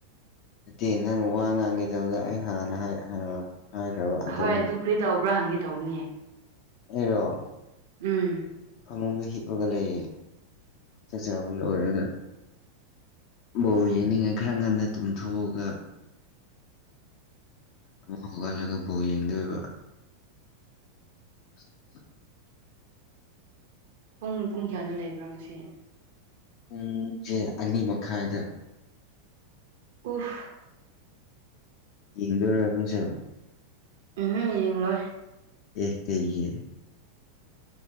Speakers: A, on the left; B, on the right.
A: ꯅꯠꯇꯦ ꯅꯪꯅ ꯋꯥ ꯉꯥꯡꯒꯦ ꯇꯧꯗ ꯑꯩ ꯍꯥꯟꯅ ꯍꯥꯏ ꯍꯥꯏꯈ꯭ꯔꯕ ꯑꯗꯣ
B: ꯍꯣꯏ
A: ꯅꯪ
B: ꯀ꯭ꯔꯤ ꯇꯧꯕ꯭ꯔꯥ ꯍꯪꯒꯦ ꯇꯧꯕꯅꯦ
A: ꯑꯦꯔꯣ
B: ꯎꯝ
A: ꯐꯃꯨꯡꯗ ꯍꯤꯞꯄꯒ ꯂꯩꯌꯦ ꯆꯥꯛꯆꯥꯥꯕ ꯂꯣꯏꯔꯒ ꯑꯣꯕ ꯌꯦꯡꯅꯤꯡꯉꯥꯏ ꯈꯔ ꯉꯟꯅ ꯇꯨꯝꯊꯣꯛꯑꯒ ꯑꯃꯨꯛ ꯍꯧꯒꯠꯂꯒ ꯕꯧ ꯌꯦꯡꯗ ꯑꯣꯏꯕ <unintelligible>
B: ꯄꯨꯡ ꯄꯨꯡ ꯀꯌꯥꯗ ꯂꯩꯕ꯭ꯔꯣ ꯉꯁꯤ
A: ꯄꯨꯡꯁꯦ ꯑꯅꯤ ꯃꯈꯥꯏꯗ
B: ꯎꯐ
A: ꯌꯦꯡꯗꯔꯣ ꯅꯪꯁꯨ
B: ꯎꯝ ꯌꯦꯡꯂꯣꯏ
A: ꯑꯦꯔ ꯀꯩꯒꯤꯟ